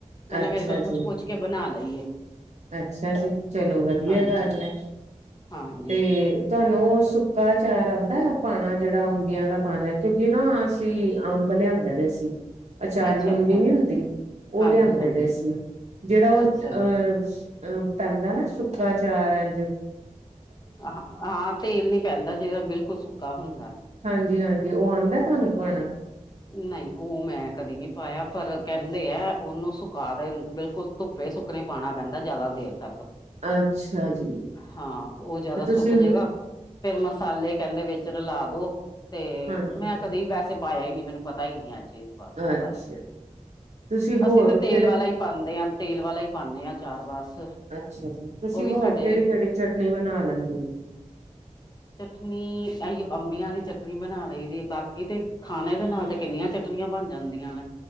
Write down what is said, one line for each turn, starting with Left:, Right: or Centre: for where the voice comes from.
Left: ਓਨੇ
Right: ਅੱਛਾ
Left: ਮੇਰੇ ਕੋਲੋ ਪੁੱਛ-ਪੁੱਛ
Right: ਜੀ
Left: ਕੇ ਬਣਾ ਲਈਏ।
Right: ਅੱਛਾ ਜੀ, ਚਲੋ, ਵਧੀਆ
Left: ਹਾਂਜੀ
Right: ਗੱਲ ਆ,
Left: ਹਾਂਜੀ
Right: ਤੇ ਤੁਹਾਨੂੰ ਓ ਸ ਕਾ ਅਚਾਰ ਆਉਂਦਾ ਆ ਪਾਣਾ? ਜਿਹੜਾ ਅੰਬੀਆਂ ਦਾ ਪਾਣਾ, ਕਿਉਂਕਿ ਨਾ ਅਸੀਂ ਅੰਬ ਲਿਆਂਦੇ ਦੇ ਸੀ। ਅਚਾਰੀ
Left: ਅੱਛਾ
Right: ਅੰਬੀ
Left: ਅੱਛਾ
Right: ਨੀ ਹੁੰਦੀ, ਓ
Left: ਹਾਂਜੀ
Right: ਲਿਆਂਦੇ
Left: ਹਾਂਜੀ
Right: ਪਏ ਸੀ, ਜਿਹੜਾ ਓ ਅਹ
Left: ਅੱਛਾ ਜੀ
Right: ਸ਼ ਅਹ ਪੈਂਦਾ ਨਾ, ਸੁੱਕਾ ਅਚਾਰ ਏਂਝ
Left: ਹ ਹਾਂ, ਤੇਲ ਨੀ ਪੈਂਦਾ, ਜਿਹੜਾ ਬਿਲਕੁਲ ਸੁੱਕਾ ਹੁੰਦਾ।
Right: ਹਾਂਜੀ-ਹਾਂਜੀ, ਓ ਆਉਂਦਾ ਤਾਣੁ ਪਾਣਾ
Left: ਨਹੀਂ, ਉਹ ਮੈਂ ਕਦੀ ਨੀ ਪਾਇਆ, ਪਰ ਕਹਿੰਦੇ ਆ ਉਹਨੂੰ ਸੁਕਾ ਦੇ ਬਿਲਕੁਲ ਧੁੱਪੇ ਸੁੱਕਣੇ ਪਾਣਾ ਪੈਂਦਾ ਜਾਦਾ ਦੇਰ ਤੱਕ।
Right: ਅੱਛਾ ਜੀ
Left: ਹਾਂ, ਓ ਜਾਦਾ
Right: ਤੇ ਤੁਸੀਂ
Left: ਸੁੱਕ ਜੇਗਾ ਫੇਰ ਮਸਾਲੇ ਕਹਿੰਦੇ ਵਿੱਚ ਰਲਾ ਦੋ, ਤੇ
Right: ਹਾਂਜੀ
Left: ਮੈਂ ਕਦੀ ਵੈਸੇ ਪਾਇਆ ਈ ਨੀ, ਮੈਂਨੂੰ ਪਤਾ ਈ ਨੀ ਐ ਚੀਜ਼ ਵਾਸੇ
Right: ਅੱਛਾ
Left: ਬਾਰੇ,
Right: ਤੁਸੀਂ ਹੋਰ
Left: ਅਸੀਂ ਤਾਂ ਤੇਲ
Right: ਕਿਹੜੇ
Left: ਵਾਲਾ ਈ ਪਾਂਦੇ ਆਂ। ਤੇਲ ਵਾਲਾ ਈ ਪਾਣੇਂ ਆਂ ਅਚਾਰ ਬਸ।
Right: ਅੱਛਾ ਜੀ, ਤੁਸੀਂ
Left: ਉਹ ਵੀ
Right: ਹੋਰ
Left: ਸਾਡੇ
Right: ਕਿਹੜੀ-ਕਿਹੜੀ ਚਟਨੀ ਬਣਾ ਲੈਂਦੇ ਜੇ?
Left: ਚਟਨੀ ਏਹੀ ਅੰਬੀਆਂ ਦੀ ਚਟਣੀ ਬਣਾ ਲਈਦੀ, ਬਾਕੀ ਤੇ ਖਾਣੇ ਦੇ ਨਾਲ਼ ਤੇ ਕਿੰਨੀਆਂ ਚੱਟਣੀਆਂ ਬਣ ਜਾਂਦੀਆਂ ਨੇ।